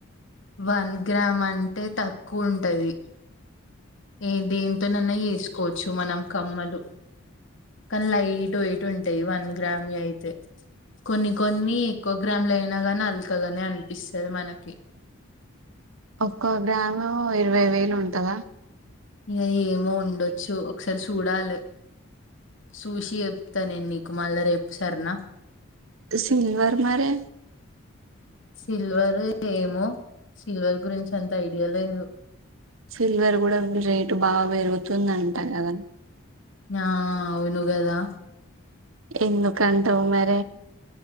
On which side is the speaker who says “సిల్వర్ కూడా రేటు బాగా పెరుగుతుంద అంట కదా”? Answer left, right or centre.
Right